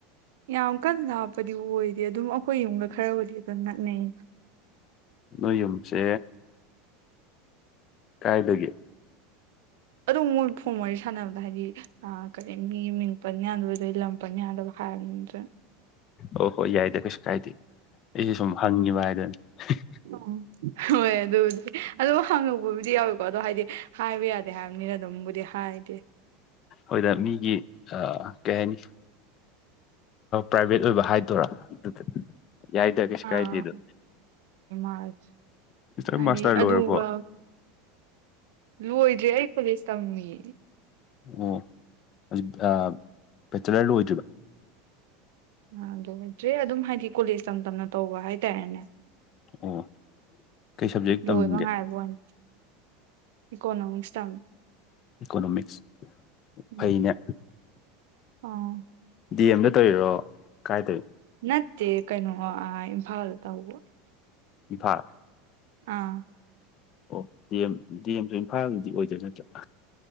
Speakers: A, on the right; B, on the left.
A: ꯌꯥꯝ ꯀꯟꯅ ꯂꯥꯞꯄꯗꯤ ꯑꯣꯏꯗꯦ ꯑꯗꯨꯝ ꯑꯩꯈꯣꯏ ꯌꯨꯝꯒ ꯈꯔꯕꯨꯗꯤ ꯑꯗꯨꯝ ꯅꯛꯅꯩ
B: ꯅꯣꯏ ꯌꯨꯝꯁꯦ ꯀꯥꯏꯗꯒꯤ
A: ꯑꯗꯨꯝ ꯃꯣꯏ ꯐꯣꯡ ꯋꯥꯔꯤ ꯁꯥꯟꯅꯕꯗ ꯍꯥꯏꯗꯤ ꯑ ꯀꯔꯤ ꯃꯤ ꯃꯤꯡ ꯄꯟ ꯌꯥꯗꯕ ꯑꯗꯩ ꯂꯝ ꯄꯟ ꯌꯥꯗꯕ ꯍꯥꯏ ꯔꯤꯡꯗꯔ꯭ꯦ
B: ꯍꯣ ꯍꯣꯏ ꯌꯥꯏꯗ ꯀꯩꯁꯨ ꯀꯥꯏꯗꯦ ꯑꯩꯖꯨ ꯁꯨꯝ ꯍꯪꯉꯤꯕ ꯍꯥꯏꯗꯨꯅꯤ
A: ꯑꯣ ꯍꯣꯏ ꯑꯗꯨꯕꯨꯗꯤ ꯑꯗꯣ ꯍꯪꯉꯧꯕꯕꯨꯗꯤ ꯌꯥꯎꯋꯦꯀꯣ ꯑꯗꯣ ꯍꯥꯏꯗꯤ ꯍꯥꯏꯕ ꯌꯥꯗꯦ ꯍꯥꯏꯕꯅꯤꯅ ꯑꯗꯨꯝꯕꯨꯗꯤ ꯍꯥꯏꯗꯦ
B: ꯍꯣꯏꯗ ꯃꯤꯒꯤ ꯑꯥ ꯀꯩ ꯍꯥꯏꯅꯤ ꯄ꯭ꯔꯥꯏꯚꯦꯠ ꯑꯣꯏꯕ ꯍꯥꯏꯗꯣꯏꯔꯥ ꯑꯗꯨꯗ ꯌꯥꯏꯗ ꯀꯩꯁꯨ
A: ꯑ
B: ꯀꯥꯏꯗꯦꯗ
A: <unintelligible>
B: ꯁꯤꯁꯇꯔ
A: ꯍꯥꯏꯗꯤ
B: ꯃꯥꯁꯇꯔ
A: ꯑꯗꯨꯒ
B: ꯂꯣꯏꯔꯕꯣ
A: ꯂꯣꯏꯗ꯭ꯔꯦ ꯑꯩ ꯐꯣꯂꯦꯁ ꯇꯝꯃꯤ
B: ꯑꯣ ꯍꯧꯖꯤ ꯕꯦꯆꯂꯔ ꯂꯣꯏꯗ꯭ꯔꯤꯕ
A: ꯑ ꯑꯗꯨ ꯗ꯭ꯔꯦ ꯑꯗꯨꯝ ꯍꯥꯏꯗꯤ ꯀꯣꯂꯦꯖ ꯇꯝ ꯇꯝꯅ ꯇꯧꯕ ꯍꯥꯏꯇꯥꯔꯦꯅꯦ
B: ꯑꯣ ꯀꯩ ꯁꯕꯖꯦꯛ
A: ꯂꯣꯏꯕ
B: ꯇꯝꯒꯦ
A: ꯉꯥꯏꯕꯋꯥꯅꯤ ꯏꯀꯣꯅꫭꯃꯤꯛꯁ ꯇꯝꯃꯤ
B: ꯏꯀꯣꯅꯣꯃꯤꯛꯁ
A: ꯎꯝ
B: ꯐꯩꯅꯦ
A: ꯑꯥ
B: ꯗꯤ ꯑꯦꯝꯗ ꯇꯧꯔꯤꯔꯣ ꯀꯥꯏꯗꯩ
A: ꯅꯠꯇꯦ ꯀꯩꯅꯣ ꯑꯥ ꯏꯝꯐꯥꯜꯇꯧꯕ‍
B: ꯏꯝꯐꯥꯜ
A: ꯑꯥ
B: ꯑꯣ ꯗꯤ ꯑꯦꯝ ꯗꯤ ꯑꯦꯝꯁꯨ ꯏꯝꯐꯥꯜꯒꯤꯗꯤ ꯑꯣꯏꯗꯣꯏ ꯅꯠꯇ꯭ꯔꫭ